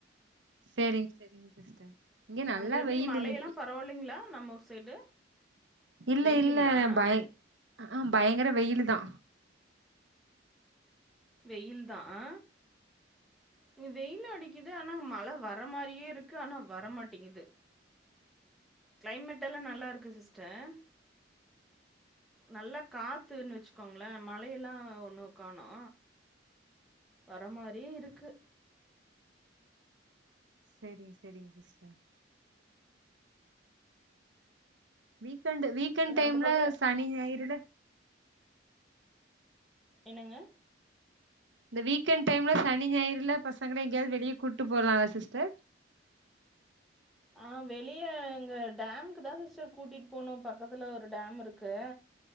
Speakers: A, on the right (about 75°); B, in the centre.
A: செரிங்க செரிங்க சிஸ்டர் இங்க நல்லா
B: அங்க எப்டி
A: வெயில்
B: மழை
A: இன்னைக்கி
B: எல்லா பரவாலைங்ளா நம்ம ஊர் சைடு
A: இல்ல
B: வெயிலுங்களா
A: இல்ல ந பய் ஆஹ பயங்கர வெயிலு தா
B: வெயில் தா ஆ இங்க வெயில் அடிக்கிது ஆனா மழ வர மாரியே இருக்கு ஆனா வரமாட்டேங்கிது கிளைமட் எல்லா நல்லாருக்கு சிஸ்டர் நல்ல காத்துன் வச்சுக்கோங்ளே மழையெல்லா ஒண்ணு காணோ வர மாரியே இருக்கு
A: செரிங்க செரிங்க சிஸ்டர் வீக்கெண்டு வீக்கெண்
B: சரி
A: டைம்ல
B: அந்த பக்கம்ல
A: சனி ஞாயிறுல
B: என்னங்க
A: இந்த வீக்கெண் டைம்ல சனி ஞாயிறுல பசங்கள எங்கயாவது வெளிய கூட்டு போலலா சிஸ்டர்
B: ஆ வெளிய எங்க டேமுக்கு தா சிஸ்டர் கூட்டிட் போனு பக்கத்துல ஒரு டேம் இருக்கு